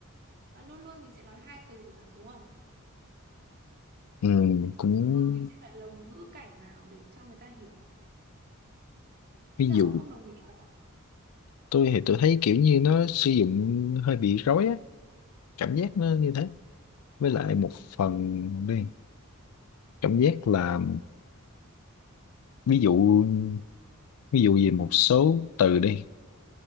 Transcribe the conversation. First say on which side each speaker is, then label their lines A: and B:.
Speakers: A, on the right; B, on the left.
A: và luôn luôn mình sẽ nói hai từ mà đúng không
B: ừ, cũng
A: luôn luôn mình sẽ phải lồng ngữ cảnh vào để cho người ta hiểu
B: ví
A: thế sao
B: dụ
A: ông không đồng ý hả?
B: tôi thì tôi thấy kiểu như nó sử dụng hơi bị rối á cảm giác nó như thế với lại một phần đi cảm giác là ví dụ ví dụ về một số từ đi